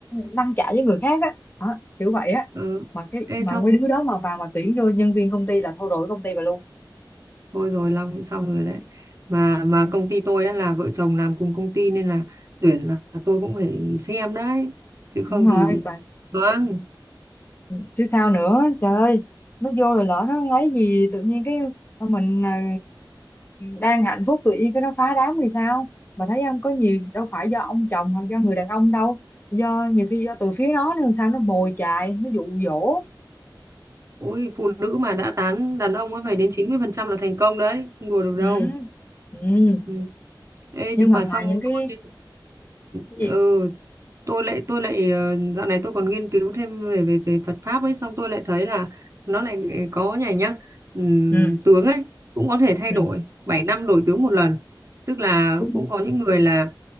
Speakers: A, on the left; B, on the right.
A: lăn trả với người khác á Đó, kiểu vậy á
B: ờ.
A: mà cái
B: Ê,
A: mà
B: xong
A: mấy đứa đó mà vào mà tuyển vô nhân viên công ty là thôi đổi công ty bà luôn
B: thôi rồi long cũng xong rồi đấy mà mà
A: ừ.
B: công ty tôi á là vợ chồng làm cùng công ty nên là tuyển là tôi cũng phải xem đấy chứ không
A: đúng rồi
B: thì
A: bà
B: vâng
A: chứ sao nữa trời ơi nó vô rồi lỡ nó lấy gì tự nhiên cái mình à, đang hạnh phúc tự nhiên cái nó phá đám thì sao mà thấy không có nhiều đâu phải do ông chồng hoặc do người đàn ông đâu do nhiều khi do từ phía nó nữa sao nó mồi chài nó dụ dỗ
B: ôi phụ nữ mà đã tán đàn ông á phải đến 90% là thành công đấy không đùa được
A: ừ.
B: đâu
A: Ừ.
B: ừ. Ê,
A: nhưng
B: nhưng
A: mà
B: mà
A: ngoài
B: xong
A: những cái
B: tôi-
A: cái
B: ừ,
A: gì
B: tôi lại tôi lại ờ, dạo này tôi còn nghiên cứu thêm về về về Phật pháp ấy xong tôi lại thấy là nó lại có nhảy nhá ừm,
A: ừ.
B: tướng ấy cũng có thể thay
A: ừ.
B: đổi 7 năm đổi tướng một lần tức là
A: ừ
B: cũng có những người là